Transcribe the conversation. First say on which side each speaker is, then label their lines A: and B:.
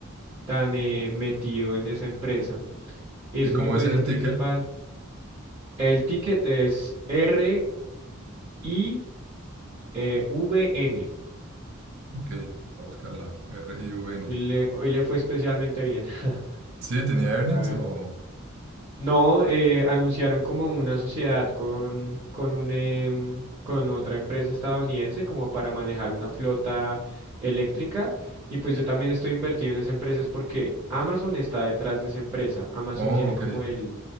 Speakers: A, on the right (about 25°); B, on the right (about 60°).
A: tan eh, metido en esa empresa. Esa
B: ¿Y cómo
A: es mi posición
B: es el
A: principal.
B: ticker?
A: El ticket es R I E V N.
B: Ok, voy a buscarla. R-I-U-N.
A: Hoy le, hoy le fue especialmente bien, <laughs>
B: Sí, tenía earnings
A: la verdad.
B: o...
A: No, eh, anunciaron como una sociedad con, con un, em, con otra empresa estadounidense como para manejar una flota eléctrica. Y pues yo también estoy invertido en esa empresa es porque Amazon está detrás de esa empresa. Amazon
B: Oh,
A: tiene
B: ok.
A: como el,